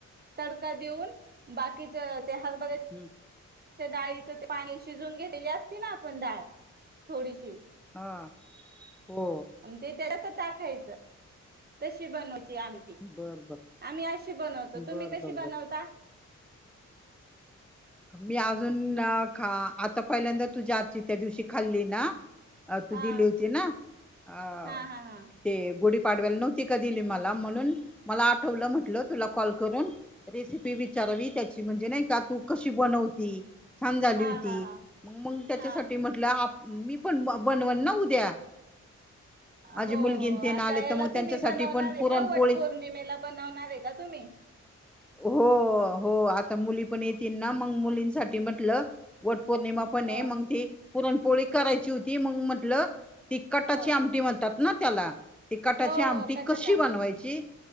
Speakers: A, on the right; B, in the centre.
A: तडका देऊन बाकीच ते हरभरे
B: हम्
A: डाळीच पाणी शिजून घेतलेले असती ना आपण डाळ थोडीशी
B: हा हो
A: ते त्याच्याच टाकायचं तशी बनवायची आमटी.
B: बर बर
A: आम्ही अशी बनवतो
B: बर
A: तुम्ही
B: बर
A: कशी
B: बर
A: बनवता?
B: मी अजून खा आता पहिल्यांदा तुझ्या आजची त्या दिवशी खाल्ली ना अ तू
A: हा
B: दिली होती ना अ
A: हा हा हा
B: ते गुढीपाडव्याला नव्हती का दिली मला म्हणून मला आठवलं म्हटलं तुला कॉल करून रेसिपी विचारावी त्याची म्हणजे नाही का तू कशी बनवती छान
A: हा
B: झाली होती
A: हा हा हा
B: म मग त्याच्यासाठी
A: हा
B: म्हटलं मी पण बनवन ना उद्या. माझी
A: हो
B: मुलगीन ते
A: आता
B: ना आले
A: याला
B: तर मग त्यांच्यासाठी
A: तुम्ही बनवणार
B: पण
A: आहे
B: पुरणपोळी
A: का वटपौर्णिमेला बनवणार आहे का तुम्ही?
B: हो हो आता मुली पण येतील ना मग मुलींसाठी म्हटलं वटपौर्णिमा पण
A: हो
B: मग ती पुरणपोळी करायची होती मग म्हटलं ति कटाची
A: हो
B: आमटी
A: हो
B: म्हणतात ना त्याला. ति कटाची
A: हो
B: आमटी
A: हो कटाची
B: कशी
A: आमटी
B: बनवायची